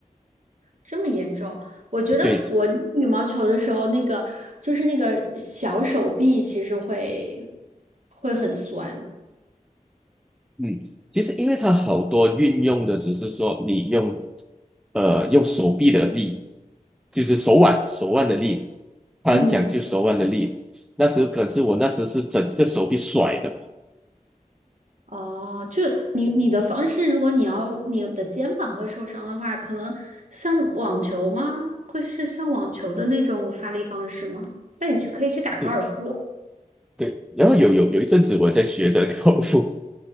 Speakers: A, on the right (about 60°); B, in the centre.
A: 这么严重？我觉得我练羽毛球的时候，
B: 对，
A: 那个就是那个小手臂其实会会很酸。
B: 嗯，其实因为它好多运用的只是说你用，呃，用手臂的力，就是手腕手腕的力，它很讲究手腕的力。
A: 嗯，
B: 那时可是我那时是整个手臂甩的，
A: 哦，就你你的方式，如果你要你的肩膀会受伤的话，可能像网球吗？会是像网球的那种发力方式吗？那你去可以去打高尔夫了。
B: 对对。然后有有有一阵子我在学着高尔夫。